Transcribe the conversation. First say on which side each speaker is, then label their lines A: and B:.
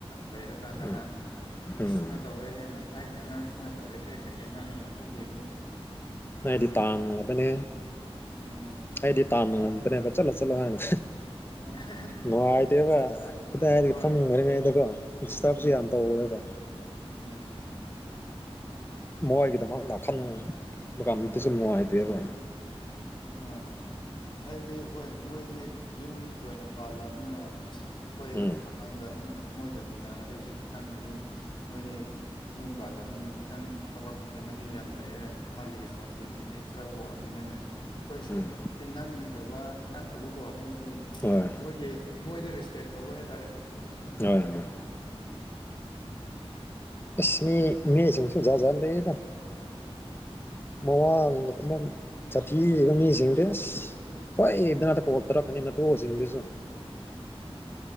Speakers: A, on the left; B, on the left.
A: ꯂꯩꯔ ꯀꯥꯟꯗ
B: ꯎꯝ
A: ꯍꯥꯏ ꯑꯁ
B: ꯎꯝ
A: ꯁꯨꯃꯥꯏꯅ ꯇꯧꯔꯦ ꯍꯦꯟꯅ ꯑꯩꯒꯤ ꯑꯉꯥꯡ ꯁꯨꯃꯥꯏꯅ ꯇꯧꯔꯦ ꯍꯦꯛ ꯀꯩꯀꯩ ꯅ ꯍꯦꯟꯅ ꯊꯣꯛꯈꯤꯕꯅꯣ
B: ꯃꯗꯤ ꯇꯥꯃꯕꯅꯦ
A: ꯎꯝ
B: ꯍꯥꯏꯗꯤ ꯇꯥꯃ ꯕ ꯆꯠꯂꯣ ꯆꯂꯣ ꯍꯥꯏꯅ
A: ꯑ
B: ꯅꯨꯡꯉꯥꯏꯇꯦꯕ ꯑꯗꯥ ꯍꯥꯏ
A: ꯍꯣꯏ
B: ꯐꯝꯈ꯭ꯔꯤꯉꯩꯗꯀꯣ ꯗꯤꯁꯇꯔꯕꯁꯨ
A: ꯎꯝ
B: ꯌꯥꯝ ꯇꯧꯋꯦꯕ
A: ꯎꯝ
B: ꯃꯣꯏꯒꯤꯗꯃꯛꯅ ꯈꯟꯕ ꯀꯥꯟꯗꯗꯤꯁꯨ ꯅꯨꯡꯉꯥꯏꯇꯦ ꯑꯗꯨ
A: ꯍꯣꯏ ꯑꯩꯗꯤ ꯍꯣꯏ ꯃꯣꯏꯗꯤ ꯌꯨꯝ ꯑꯣꯏꯅ ꯄꯥꯜꯂꯕꯅꯤꯅ ꯑꯁ ꯑꯩꯈꯣꯏ
B: ꯎꯝ
A: ꯄꯥꯈꯪꯒ ꯃꯣꯏꯒ ꯇꯤꯟꯅꯒꯗꯣꯏꯁꯦ ꯈꯤꯇꯪꯕꯨꯗꯤ ꯃꯣꯏꯗꯤ ꯌꯨꯝ ꯄꯥꯜꯂꯅꯤꯅ ꯈꯤꯇꯪ ꯊꯕꯛ ꯀꯩꯀꯩꯅꯁꯨ ꯌꯥꯝ ꯂꯩꯔꯦ ꯃꯥꯒꯤ ꯔꯦꯁꯄꯣꯟꯁꯤꯕꯤꯂꯤꯇꯤꯗꯤ ꯈꯔ ꯋꯥꯡꯕꯅꯤꯅ ꯑꯩꯈꯣꯏꯁꯨ
B: ꯎꯝ
A: ꯇꯤꯟꯅꯅꯤꯡꯗꯕ ꯅꯠꯇꯕꯀꯣ ꯍꯥꯏꯕꯗꯤ
B: ꯍꯣꯏ
A: ꯃꯣꯏꯒꯤ ꯃꯣꯏꯗ ꯔꯦꯁꯄꯦꯛ ꯇꯧꯕ ꯍꯥꯏꯇꯥꯔꯦ
B: ꯍꯣꯏ ꯍꯣꯏ
A: <inaudible>
B: ꯏꯁ꯭ꯅꯤ ꯃꯦꯁꯤꯡ ꯁꯨꯝꯖꯖꯥꯟ ꯂꯩꯦꯗꯪ ꯃꯋꯥꯒꯨꯝꯕ ꯁꯥꯊꯤꯕ ꯃꯤꯁꯤꯡꯗꯤ ꯑꯁ ꯄ ꯏꯗꯅꯥ
A: ꯑ
B: ꯀꯣꯛꯇ ꯔꯛꯅꯤ ꯃ ꯇ ꯍꯁꯤꯡꯗꯁꯨꯣ